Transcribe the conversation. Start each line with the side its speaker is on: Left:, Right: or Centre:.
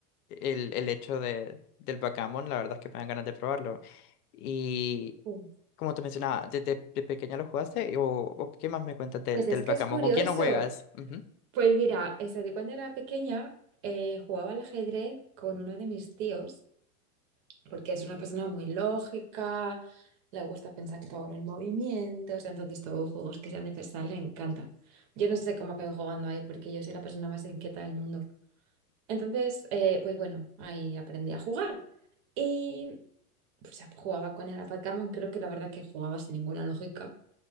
Left: el, el hecho de, del backgammon, la verdad es que me dan ganas de probarlo. Y
Right: Sí.
Left: como te mencionaba, ¿desde de pequeña lo jugaste? ¿O, o qué más me cuentas del,
Right: Pues
Left: del
Right: es que
Left: backgammon?
Right: es curioso.
Left: ¿Con quién lo juegas? Ujú.
Right: Pues mira, eso, yo cuando era pequeña eh, jugaba al ajedrez con uno de mis tíos. porque es una persona muy lógica, le gusta pensar todo en el movimiento, o sea, entonces todos los juegos que sean de pensar le encantan. Yo no sé cómo acabé jugando ahí porque yo soy la persona más inquieta del mundo. Entonces, eh, pues bueno, ahí aprendí a jugar y pues ya jugaba con el a Pac-Man, creo que la verdad que jugaba sin ninguna lógica,